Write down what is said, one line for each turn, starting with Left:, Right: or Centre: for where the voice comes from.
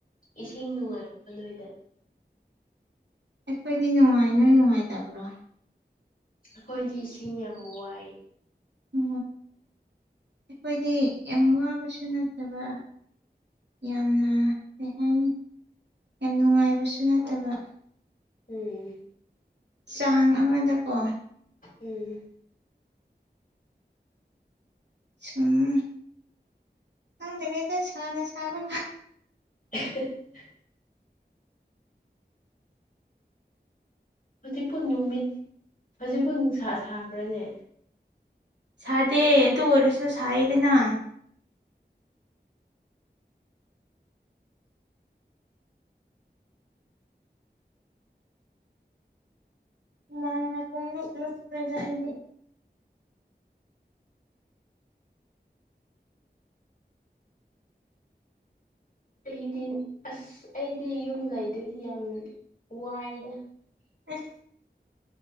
Left: ꯏꯁꯤꯡ ꯅꯨꯡꯉꯥꯏꯔꯛꯒ ꯅꯣꯏꯗ
Right: ꯑꯩꯈꯣꯏꯗꯤ ꯅꯨꯡꯉꯥꯏꯅꯣꯏ ꯅꯨꯡꯉꯥꯏꯇꯕ꯭ꯔꯣ
Left: ꯑꯩꯈꯣꯏꯗꯤ ꯏꯁꯤꯡ ꯌꯥꯝ ꯋꯥꯏ
Right: ꯎ ꯑꯩꯈꯣꯏꯗꯤ ꯌꯥꯝ ꯋꯥꯕꯁꯨ ꯅꯠꯇꯕ ꯌꯥꯝꯅ ꯀꯩ ꯍꯥꯏꯅꯤ ꯌꯥꯝ ꯅꯨꯡꯉꯥꯏꯕꯁꯨ ꯅꯠꯇꯕ
Left: ꯎꯝ
Right: ꯆꯥꯡ ꯑꯃꯗꯀꯣ
Left: ꯎꯝ
Right: ꯁꯨꯝꯗꯗ ꯁꯅ ꯆꯕ
Left: <unintelligible> ꯍꯧꯖꯤꯛꯄꯨ ꯅꯨꯃꯤꯠ ꯍꯧꯖꯤꯛꯄꯨ ꯅꯨꯡꯁꯥ ꯁꯥꯕ꯭ꯔꯥꯅꯦ
Right: ꯁꯥꯗꯦ ꯑꯗꯨ ꯑꯣꯏꯔꯁꯨ ꯁꯥꯏꯗꯅ ꯃꯥꯡꯅ ꯄꯨꯡꯂꯨꯞ ꯂꯨꯞꯨꯞ ꯔꯖꯥꯛ ꯏꯕꯤ
Left: ꯑꯩꯗꯤ ꯑꯁ ꯑꯩꯗꯤ ꯌꯨꯝ ꯂꯩꯗꯣꯏꯁꯤ ꯌꯥꯝ ꯋꯥꯏꯔꯦ
Right: <inaudible> <inaudible>